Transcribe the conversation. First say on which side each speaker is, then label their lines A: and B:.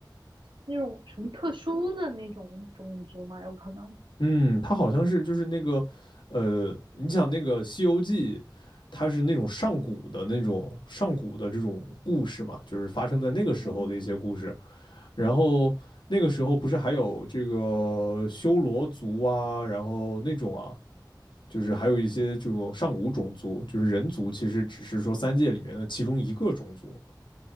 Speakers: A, on the right (about 85°); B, on the left (about 75°).
A: 那种什么特殊的那种种族嘛，有可能。
B: 嗯，她好像是就是那个，呃，你想那个《西游记》。它是那种上古的那种上古的这种故事嘛，就是发生在那个时候的一些故事。
A: 嗯
B: 然后那个时候不是还有这个修罗族啊，然后那种啊，就是还有一些这种上古种族，就是人族，其实只是说三界里面的其中一个种族。